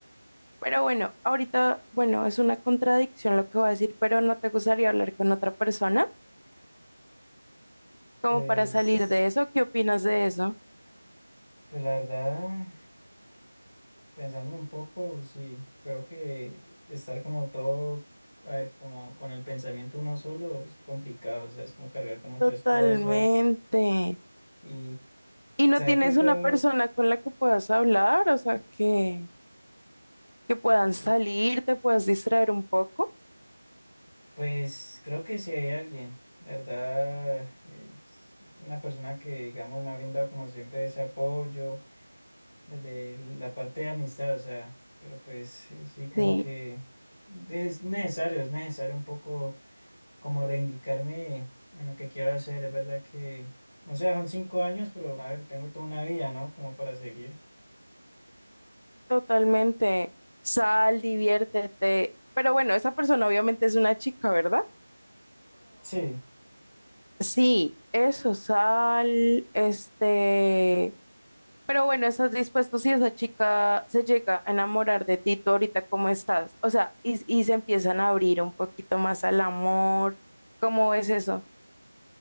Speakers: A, on the left (about 90°); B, on the left (about 25°).
A: Pero bueno, ahorita, bueno, es una contradicción lo que voy a decir, pero ¿no te gustaría hablar con otra persona? Como
B: Pues,
A: para salir de eso, ¿qué opinas de eso?
B: pues la verdad, pensándolo un poco, sí, creo que estar como todo, a ver, como con el pensamiento uno solo es complicado, o sea, es como cargar con muchas
A: Totalmente.
B: cosas y
A: ¿Y no
B: saber
A: tienes
B: que puedo...
A: una persona con la que puedas hablar? O sea, que, que puedan salir,
B: eh,
A: te puedas distraer un poco.
B: Pues creo que si hay alguien, de verdad, es una persona que, digamos, me ha brindado como siempre ese apoyo desde la parte de amistad, o sea, pero pues sí, sí, como
A: Sí,
B: que es necesario, es necesario un poco como reivindicarme en lo que quiero hacer, es verdad que, o sea, son cinco años, pero a ver, tengo toda una vida, ¿no? Como para seguir.
A: totalmente. Sal, diviértete. Pero bueno, esa persona obviamente es una chica, ¿verdad?
B: Sí,
A: Sí, eso, sal, este, pero bueno, estás dispuesto si esa chica se llega a enamorar de ti, tú ahorita cómo estás, o sea, y, y se empiezan a abrir un poquito más al amor, ¿cómo ves eso?